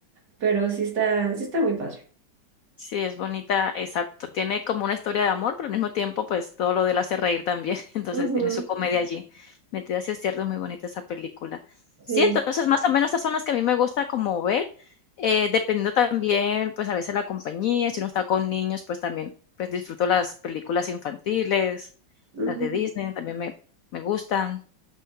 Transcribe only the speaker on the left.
Sí, es bonita, exacto. Tiene como una historia de amor, pero al mismo tiempo, pues todo lo de él hace reír también. <laughs> Entonces
tiene su comedia allí. Metida, Si es cierto, es muy bonita esa película. Sí,
entonces más o menos esas son las que a mí me gusta como ver, eh, dependiendo también, pues a veces la compañía, si uno está con niños, pues también, pues disfruto las películas infantiles,
las de Disney, también me, me gustan.